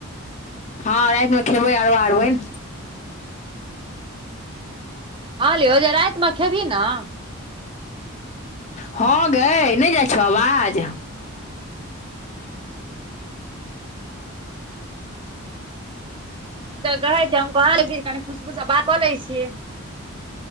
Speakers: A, on the left; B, on the right.
A: हँ रैत मे खेबै आरबा अरबैन।
B: कहलियो जे रैत में खेबहि नऽ?
A: हँ गै नै जाइ छौ अवाज?
B: कहै छै हम कह छै जे कनि खुशबू सँ बात कऽ लै छियै।